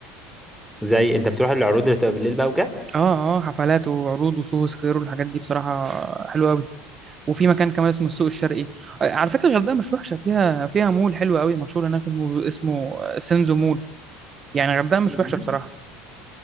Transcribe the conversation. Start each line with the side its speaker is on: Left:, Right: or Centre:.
Centre: زي انت بتروح العروض اللي بتبقى بالليل بقى
Right: اه اه حفلات وعروض وسوهو سكوير والحاجات دي بصراحه حلوه قوي وفي مكان كمان اسمه السوق الشرقي آه، على فكره الغردقه مش وحشه فيها فيها مول حلو قوي مشهور هناك اسمه اسمه سينزو مول يعني الغردقه مش
Centre: وكده
Right: وحشه بصراحه